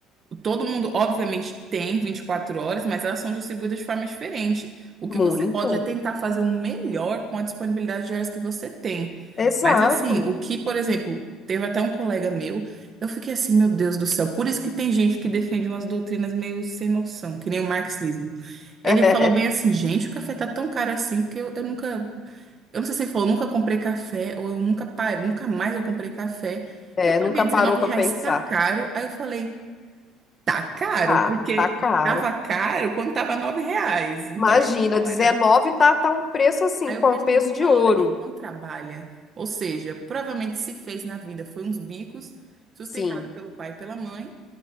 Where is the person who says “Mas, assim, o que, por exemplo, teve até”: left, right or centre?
Right